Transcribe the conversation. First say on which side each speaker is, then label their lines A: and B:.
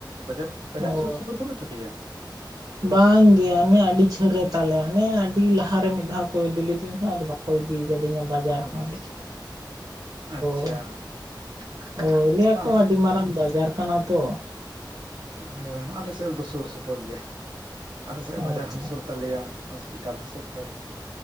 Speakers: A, on the right; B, on the right.
A: ᱵᱟᱡᱟᱨ ᱵᱟᱡᱟᱨ
B: ᱦᱳᱭ
A: ᱥᱩᱨ ᱥᱩᱯᱩᱨ ᱵᱟᱹᱱᱩᱜ ᱛᱟᱯᱮᱭᱟ?
B: ᱵᱟᱝ ᱜᱮ ᱦᱟᱱᱮ ᱟᱹᱰᱤ ᱡᱷᱟᱹᱞ ᱨᱮ ᱛᱟᱞᱮ ᱦᱟᱱᱮ ᱟᱹᱰᱤ ᱞᱟᱦᱟᱨᱮ ᱢᱤᱫ ᱫᱷᱟᱣ ᱠᱚ ᱤᱫᱤ ᱞᱤᱫᱤᱧ ᱛᱟᱦᱮᱸᱫ ᱟᱫᱚ ᱵᱟᱝ ᱾ ᱠᱚ ᱤᱫᱤ ᱠᱟᱫᱤᱧᱟ ᱵᱟᱡᱟᱨ ᱦᱚᱸ᱾
A: ᱢᱟᱥᱮ ᱟᱪᱪᱷᱟ
B: <inaudible> ᱚ ᱞᱮᱭ ᱟᱠᱚ
A: ᱵᱟᱝ
B: ᱟᱹᱰᱤ ᱢᱟᱨᱟᱝ ᱵᱟᱡᱟᱨ ᱠᱟᱱᱟ ᱛᱚ᱾
A: <inaudible> ᱟᱞᱮ ᱥᱮᱫ ᱨᱮᱫᱚ ᱥᱳᱨ ᱥᱳᱯᱩᱨ ᱜᱮᱭᱟ ᱟᱞᱮᱥᱮᱫ ᱵᱟᱡᱟᱨ
B: ᱟᱪᱪᱷᱟ
A: ᱦᱚᱸ ᱥᱳᱨ ᱛᱟᱞᱮᱭᱟ ᱦᱚᱥᱯᱤᱴᱟᱞ ᱦᱚᱸ ᱥᱳᱨ ᱛᱟᱨᱭᱟ᱾